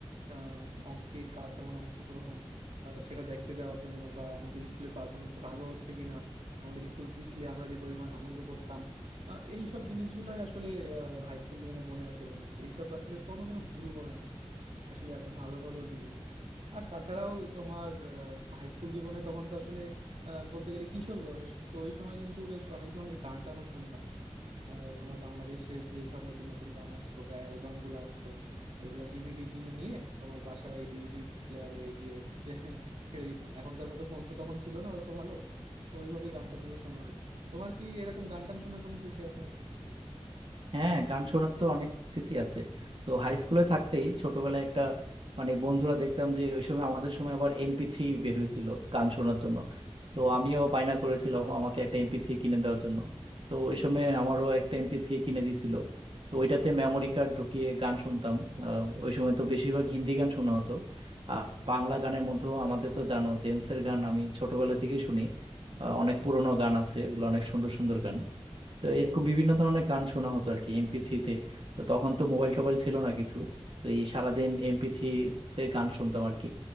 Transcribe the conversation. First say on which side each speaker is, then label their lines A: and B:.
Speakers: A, on the right (about 85°); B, on the right (about 60°).
A: আহ অং- কে কার কেমন অংশগ্রহণ আহ, সেটা দেখতে যাওয়ার জন্য বা আমাদের স্কুলের পারফরমেন্সটা ভালো হচ্ছে কিনা আমাদের স্কুল জিতলে আমরা যে পরিমাণ আনন্দ করতাম আহ, এইসব জিনিসগুলাই আসলে হাই স্কুল জীবনে মনে আছে বন্ধু এইসব আসলে কোনোদিনও ভুলবো না আসলে এত ভালো ভালো জিনিস আর তাছাড়াও তোমার হাই স্কুল জীবনে তখন তো আসলে আহ, বলতে গেলে কিশোর বয়স তো ওই সময় কিন্তু বেশ অনেক ধরনের গান টানও শুনতাম আহ, তোমার বাংলাদেশের যে সব নতুন নতুন গান আসতো বা অ্যালবাম গুলো আসতো ওইগুলা ডিভিডি কিনে নিয়ে তোমার বাসায় ডিভিডি প্লেয়ারে গিয়ে <laughs> ছে- ছেড়ে দিতাম এখনকার মতো ফোন তো তখন ছিল না হয়তো ভালো তো ওইভাবেই গান টান গুলো শোনা হতো তোমার কি এরকম গান টান শোনার কোনো স্মৃতি আছে নাকি
B: হ্যাঁ গান শোনার তো অনেক স্মৃতি আছে তো হাই স্কুলে থাকতেই ছোটবেলায় একটা মানে বন্ধুরা দেখতাম যে ওই সময় আমাদের সময় আবার এমপি থ্রি বের হয়েছিল গান শোনার জন্য তো আমিও বায়না করেছিলাম আমাকে একটা এমপি থ্রি কিনে দেওয়ার জন্য তো ওই সময় আমারও একটা এমপি থ্রি কিনে দিয়েছিল তো ওইটাতে মেমোরি কার্ড ঢুকিয়ে গান শুনতাম আহ, ওই সময় তো বেশিরভাগ হিন্দি গান শোনা হতো আর বাংলা গানের মধ্যেও আমাদের তো জানো জেমসের গান আমি ছোটবেলা থেকেই শুনি আহ, অনেক পুরোনো গান আছে ওগুলো অনেক সুন্দর সুন্দর গান তো এরকম বিভিন্ন ধরনের গান শোনা হতো আর কি এমপি থ্রিতে তো তখন তো মোবাইল টোবাইল ছিল না কিছু তো এই সারাদিন এমপি থ্রিতে গান শুনতাম আর কি